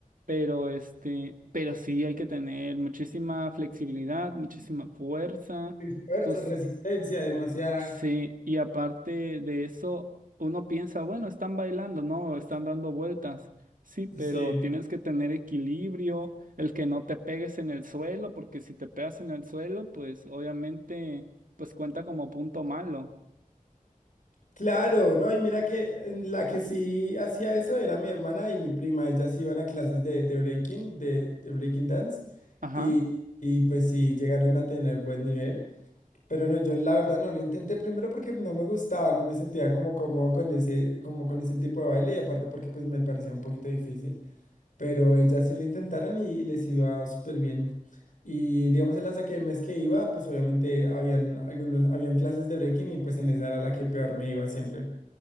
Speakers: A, on the right; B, on the left.
A: pero este, pero sí hay que tener muchísima flexibilidad, muchísima fuerza.
B: Y Fuerza,
A: Tus
B: resistencia, demasiada.
A: Sí, y aparte de eso, uno piensa, bueno, están bailando, ¿no? Están dando vueltas. Sí, pero
B: Sí.
A: tienes que tener equilibrio, el que no te pegues en el suelo, porque si te pegas en el suelo, pues obviamente, pues cuenta como punto malo.
B: Claro, no, y mira que en la que sí hacía eso era mi hermana y mi prima. Ellas iban a clases de, de breaking, de, de breaking dance,
A: Ajá,
B: y, y pues sí llegaron a tener buen nivel. Pero no, yo la verdad no lo intenté primero porque no me gustaba, no me sentía como cómodo con ese, como con ese tipo de baile y aparte porque pues me parecía un poquito difícil. Pero ellas sí lo intentaron y, y les iba súper bien. Y digamos en las academias que iba, pues obviamente habían algunos, habían clases de breaking y pues en esa era la que peor me iba siempre.